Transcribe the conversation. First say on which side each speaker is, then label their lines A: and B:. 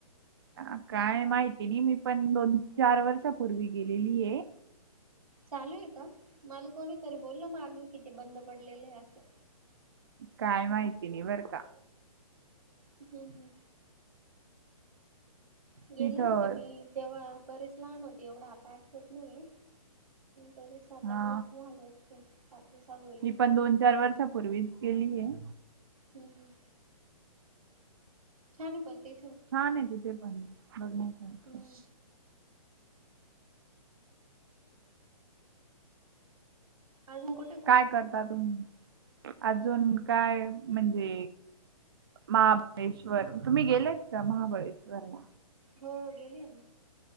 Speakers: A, on the right (about 40°); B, on the right (about 70°).
A: ह काय माहिती नाही. मी पण दोन चार वर्षापूर्वी गेलेली आहे.
B: चालू आहे का? मला कोणीतरी बोललं माग कि ते बंद पडलेलं आहे अस.
A: काय माहिती नाही बर का.
B: हम्म हम्म गेली
A: तिथं
B: होते मी. तेव्हा बरेच लहान होती. एवढं आता आठवत नाहीये. बरीच सात-आठ
A: हा
B: वर्ष झाले असतील. पाचवी सहावी
A: मी पण दोन चार वर्षांपूर्वीच गेली आहे.
B: हम्म हम्म छान आहे पण ते
A: छान आहे तिथे पण बघण्यासारखं.
B: हम्म अजून कुठ
A: काय करता तुम्ही? अजून काय म्हणजे महाबळेश्वर, तुम्ही गेलेत का महाबळेश्वरला.
B: हो गेलीय ना.